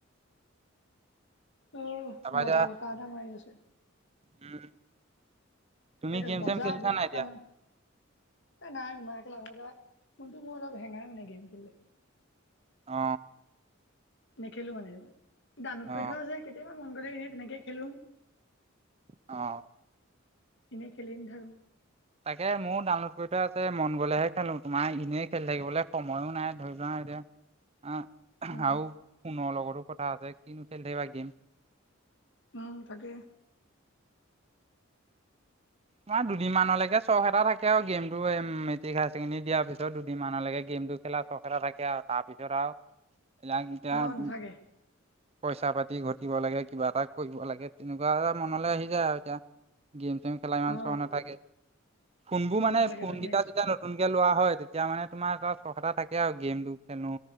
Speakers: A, on the left; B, on the right.
A: ও
B: তাৰপা
A: মজা
B: এতিয়া
A: বতাহ এটা মাৰি আছে।
B: উম।
A: <unintelligible>
B: তুমি গেম চেম খেলিছা নাই এতিয়া?
A: নাই খেলং নাই, ফোনটো মোৰ অলপ হেঙাই মানে গেম খেলিলে।
B: অ।
A: নেখেলো মানে। ডাউনলোড
B: অ
A: কৈ থোৱা আছে কেতিয়াবা মন গ'লে এনেই তেনেকে খেলেং।
B: অ।
A: এনেই খেলি নাথাকো।
B: তাকে ময়ও ডাউনলোড কৰি থৈ আছে মন গ'লেহে খেলো, তোমাৰ এনেই খেলি থাকিবলৈ সময়ো নাই ধৰি লোৱা এতিয়া অ
A: উম
B: আৰু ফোনৰ লগতো কথা আছে কিনো খেলি থাকিবা গেম।
A: উম তাকে।
B: আমাৰ দুদিনমানলৈকে চখ এটা থাকে আৰু গেম মেট্ৰিক হায়াৰ ছেকেডৰী দিয়াৰ পিছত দুদিনমানলৈকে গেমটো খেলা চখ থাকে আৰু তাৰ পিছত আৰু
A: অ নাথাকে
B: <unintelligible> পইচা পাতি ঘটিব লাগে, কিবা এটা কৰিব লাগে, তেনেকুৱা এটা মনলৈ আহি যায় আৰু এতিয়া। গেম-চেম খেলা ইমান
A: অ
B: চখ নাথাকে। ফোনবোৰ
A: চখ
B: মানে
A: নাথাকে
B: ফোনকেইটা
A: তাকে
B: যেতিয়া নতুন নতুনকে লোৱা হয়, তেতিয়া মানে তোমাৰ এটা চখ এটা থাকে আৰু গেমটো খেলোঁ